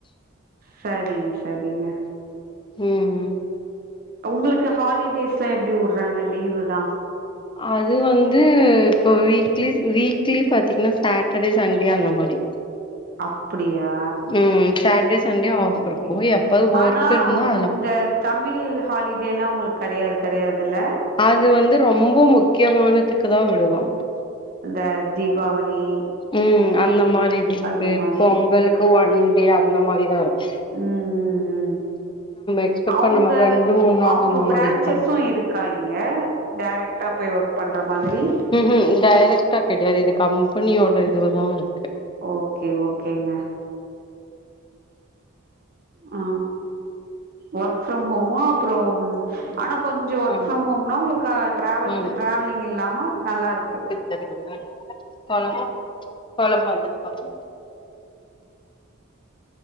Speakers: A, on the right; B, on the left.
A: சரிங்க சரிங்க
B: ம் ம்
A: உங்களுக்கு ஹாலிடேஸ்லா எப்டி உடுறாங்க லீவுல்லா
B: அது வந்து இப்போ வீக்லி வீக்லி பார்த்தீங்கன்னா சாட்டர்டே சண்டே அந்த மாதிரி
A: அப்டியா
B: ம் சாட்டர்டே சண்டே ஆஃப்
A: ஓகே
B: இருக்கு எப்பது
A: ஆனா
B: ஒர்க் இருந்தா அதுல
A: இந்த தமிழ் ஹாலிடேலாம் உங்களுக்கு கிடையாது கிடையாது இல்ல
B: அது வந்து ரொம்ப முக்கியமானதுக்கு தா விடுவா
A: இந்த தீபாவளி
B: ம் அந்த மாதிரி இதுக்கு
A: அந்த மாதிரி
B: பொங்கல் ஒன் டே அந்த மாதிரிதா இருக்
A: ம் ம் ம்
B: எக்ஸ்பெக்ட்
A: அவுங்க
B: பண்ண மாட்டோ ரெண்டு மூணு நாள்
A: அவுங்க
B: அந்த
A: பிரான்ச்சஸு
B: மாரி இருக்காது
A: இருக் கா இங்க டேரெக்ட்டா போய் ஒர்க் பண்ற மாதிரி
B: ம்ம் டைரெக்ட்டா கெடயாது இது கம்பெனியோட இதுவு தா இருக்கு
A: ஓகே ஓகேங்க ஆ ஒர்க் ஃப்ரம் ஹோமு அப்பறோ ஆனா கொஞ்ச ஒர்க்
B: ம்
A: ஃப்ரம் ஹோம்னா உங்களுக்கா ட்ராவல்
B: ம்
A: ட்ராவலிங் இல்லாம நல்லாருக்கு
B: சரி <inaudible> கொழம்பு கொழம்பு அங்கிர்ந்து <inaudible>